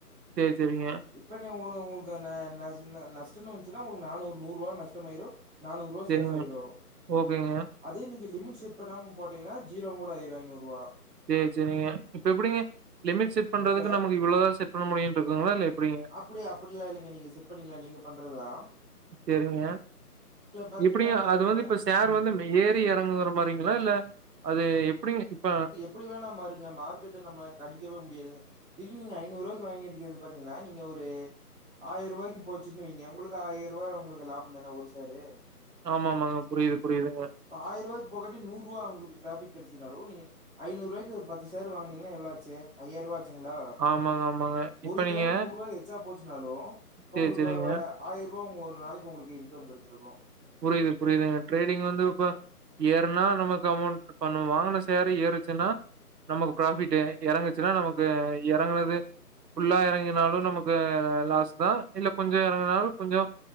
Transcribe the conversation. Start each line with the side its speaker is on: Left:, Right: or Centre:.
Right: சேரி சேரிங்க
Centre: இப்ப நீ உங்கள உங்களுக்கான நஷ் ந நஷ்டன்னு வந்ச்சுன்னா உங்களுக்கு நானூறு நூறுவா நஷ்டமாயிரு நானூறுவா
Right: சரிங்க.
Centre: சேஃப் ஆயிரு
Right: ஓகேங்க.
Centre: அதே நீங்க லிமிட் செட் பண்ணாம போட்டீங்கன்னா ஜீரோ கூட ஆயிரு ஐநூறுவா
Right: சேரி சுரிங்க இப்ப எப்புடிங்க லிமிட் செட் பண்றதுக்கு
Centre: இப்ப
Right: நமக்கு இவ்ளோதா செட் பண்ண முடியுனு இருக்குங்ளா இல்ல எப்புடிங்க
Centre: அப்படியா அப்படில்லா இல்லைங்க நீங்க செட் பண்ணிக்கலா நீங்க பண்றதா
Right: சேரிங்க
Centre: பாத்தீங்கன்னா
Right: எப்படிங்க
Centre: பாத்தீங்கன்னா
Right: அது வந்து இப்ப ஷேர்
Centre: ம்.
Right: வந்து மெ ஏறி எறங்குங்குற மாரிங்களா இல்ல அது எப்பிடிங்க இப்ப
Centre: எப்பிடி வேணா மாறுங்க மார்கெட்டு நம்ம கணிக்கவே முடியாதுங்க திடீன் நீங்க ஐநூறுவாக்கு வாங்கிருக்கது பாத்தீங்கனா நீங்க ஒரு ஆயருவாய்க்கு போச்சுன்னு வைங்க உங்களுக்கு ஆயருவா உங்களுக்கு லாபந்தான ஒரு ஷேரு
Right: ஆமாமாங்க புரியிது புரியிதுங்க
Centre: இப்ப ஆயருவாக்கு போகாட்டி நூறுவா உங்ளுக்கு பிராஃபிட் கெடச்சதுனாலு நீங்க ஐநூறுவாய்க்கு ஒரு பத்து ஷேர் வாங்குனீங்கனா எவ்ளொ ஆச்சு ஐயாய்ருவா ச்சுங்ளா
Right: ஆமாங்க, ஆமாங்க.
Centre: ஒரு
Right: இப்ப நீங்க
Centre: சேரு நூறுவா எ ச்சா போச்சுனாலு இப்ப
Right: சரி,
Centre: உங்களுக்கு
Right: சரிங்க.
Centre: வ வ ஆயருவா உங் ஒரு நாளக்கி உங்களுக்கு இன்கம் கெடச்சிருக்கு
Right: புரியிது புரியிதுங்க ட்ரேடிங் வந்து இப்ப ஏறுனா நமக்கு அமௌண்ட் இப்ப நம்ம வாங்குன ஷேரு ஏறுச்சுன்னா நமக்கு பிராஃபிட்டு் எறங்குச்சுனா நமக்கு எறங்குனது ஃபுல்லா எறங்கினாலு நமக்கு லாஸ் தா இல்ல கொஞ்சொ எறங்குனாலு கொஞ்சோ